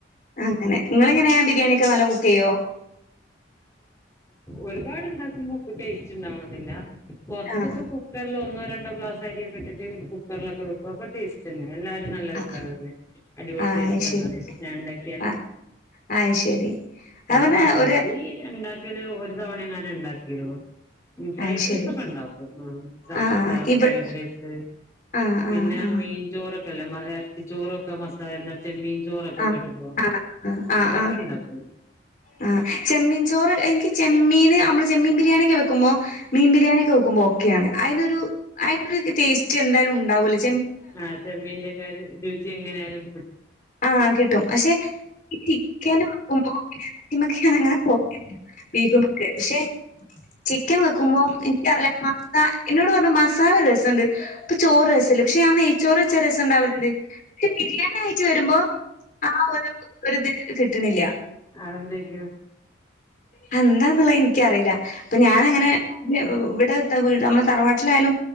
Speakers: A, on the left (about 45°); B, on the left (about 15°).
A: അങ്ങനെ നിങ്ങളെങ്ങനെയാ ബിരിയാണിയൊക്കെ നല്ല കുക്ക് ചെയ്യോ
B: ഒരുപാട്ണ്ടാക്കുമ്പോ ക് ടേസ്റ്റ് ഉണ്ടാവണെന്നില്ല കൊറച്ചപ്പ
A: ആഹ്
B: കുക്കല്ലാം ഒന്ന രണ്ടോ ഗ്ലാസ് അരിയിട്ടിട്ട് കുക്കറിലൊക്കെ വെക്ക അപ്പൊ ടേസ്റ്റ് അല്ലിയ എല്ലാരും നല്ല
A: ആഹ്
B: അഭിപ്രായം അടിപൊളി
A: അയ്ശരി
B: ടേസ്റ്റ്ന്ന് പറയും ഞാൻ ഉണ്ടാക്കിയാല്
A: ആഹ് അയ്ശരി അത്
B: പിന്നെ
A: പറഞ്ഞാ
B: മ
A: ഒരു
B: ഉണ്ടാക്കിയല് ഒരു തവണ അങ്ങനെ ഉണ്ടാക്കിയുള്ളൂ ഫ്രൈഡ്
A: അയ്ശരി
B: റൈസ് ഒക്കെ ഉണ്ടാവും കഫ്സ
A: ആഹ് ഇവ
B: ഫ്രൈഡ് റൈസ്
A: ആഹ്
B: പിന്നെ
A: ആഹ് ആഹ്
B: മീൻചോറൊക്കെ ക്കല്ലേ <unintelligible> ചോറു <unintelligible> എന്നാ ചെമ്മീൻ ചോറൊക്കെ
A: ആഹ്
B: കേട്ടുപ്പോ
A: ആഹ് ആഹ് ആഹ്
B: അതൊക്കെ
A: ആഹ് ആഹ്
B: ഇണ്ടാക്കും
A: ആഹ് ചെമ്മീൻ ചോറ് എനിക്ക് ചെമ്മീൻ നമ്മള് ചെമ്മീൻ ബിരിയാണിയ ഒക്കെ വെക്കുമ്പോ മീൻ ബിരിയാണിയ ഒക്കെ വെക്കുമ്പോ ഒക്കാണ് അതിനൊരു അതി ടേസ്റ്റ് എന്തായാലും ഉണ്ടാവല്ലോ
B: ആഹ ചമ്മീന്റെക്കാര് രുചി എങ്ങനാലും
A: ആഹ കിട്ടും പക്ഷെ ഈ ചിക്കന് നോക്കുമ്പോ മ്മച്ചിങ്ങനാ നങ്ങന പോ ബീഫ <unintelligible> പക്ഷെ ചിക്കൻ വെക്കുമ്പോ എനിക്ക <unintelligible> ക്ക എന്നോട് പറഞ്ഞ മസാല രസംണ്ട് ഇപ്പ ചോറ് രസംല്ലേ പക്ഷെ ഞാൻ ചോറ് ച്ചാ രസംണ്ടാവില്ലേ ക്ഷേ ബിരിയാണി ക ച്ച് വരുമ്പോ ആ ഒര് ഒര്ത് കിട്ട ട്ടിണില്ല
B: അഹ് എന്തക്കയോ
A: അ എന്തെന്നിള്ളെ ന് എനികറീല അപ്പ ഞാനങ്ങനെ പിന്ന് ഇവാട്ത്ത വീട് നമ്മള് തറവാട്ടിലാലും